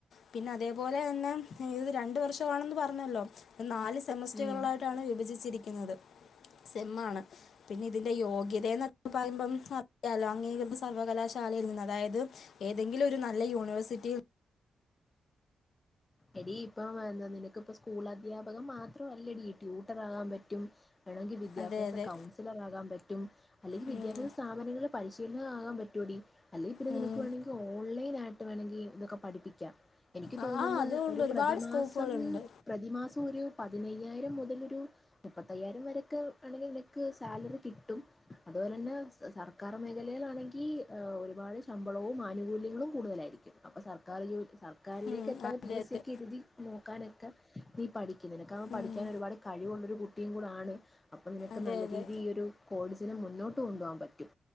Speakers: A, on the left (about 70°); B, on the left (about 25°).
A: പിന്നെ അതേപോലെ തന്നെ ഇത് രണ്ട് വർഷമാണെന്ന് പറഞ്ഞല്ലോ നാല് സെമസ്റ്ററുകളിലായിട്ടാണ്
B: ഉം
A: വിഭജിച്ചി നിക്ക്ന്നത് സെന്മാണ് പിന്നെ ഇതിന്റെ യോഗ്യത എന്നൊക്കെ പറയുമ്പം അറിയാലോ അങ്ങീകൃത സർവകലാശാലയിൽ നിന്ന് അതായത് ഏതെങ്കിലും ഒരു നല്ല യൂണ് വേഴ്സിറ്റിയിൽ
B: എടീ ഇപ്പം എന്താ നിനക്കിപ്പ സ്കൂൾ അധ്യാപകം മാത്രല്ലടീ ട്യൂട്ടറാകാൻ പറ്റും വേണെങ്കിൽ വിദ്യാഭ്യാസ
A: അതെ അതെ
B: കൗൺസിലറാകാൻ പറ്റും അല്ലെങ്കിൽ
A: ഉം,
B: വിദ്യാഭ്യാസ സ്ഥാപനങ്ങള പലിഷ് പിന്നതാകാൻ പറ്റോടി അല്ലെങ്കി പിന്നെ
A: ഉം.
B: നിനക്ക് വേണോങ്കി ഓൺലൈൻ ആയിട്ട് ട്ട് വേണങ്കി ഇതൊക്കെ പഠിപ്പിക്കാം എനിക്ക്
A: ആ
B: തോന്നുന്ന്
A: ആ, അതുകൊണ്ട്
B: ഒരു
A: ഒരുപാട്
B: പ്രതിമാസം
A: സ്കോപ്പുകളുണ്ട്
B: പ്രതിമാസം ഒരു പതിനയ്യായിരം മുതൽ ഒരു മുപ്പത്തയ്യായിരം വരൊക്കെ ആണെങ്കി നിനക്ക് സാലറി കിട്ടും അതുപോലെ തന്നെ സർക്കാർ മേഖലയിലാണെങ്കി ഒരുപാട് ശമ്പളവും ആനുകൂല്യങ്ങളും കൂടുതലായിരിക്കും അപ്പൊ സർക്കാർ ജോലി സർക്കാരിലേക്കെത്താൻ
A: ഉം, അതെ
B: പി എസ്
A: അതെ
B: സി കെരുതി നോക്കാനൊക്കെ നീ പഠിക്ക് നിനക്കാവുമ്പൊ പഠിക്കാൻ
A: ഉം,
B: ഒരുപാട് കഴിവുള്ളൊരു കുട്ടിയും കൂടെ ആണ് അപ്പൊ നിനക്ക്
A: അതെ
B: നല്ല
A: അതെ
B: രീതി ഈ ഒരു കോടജനെ മുന്നോ കൊണ്ടു പോകാൻ പറ്റും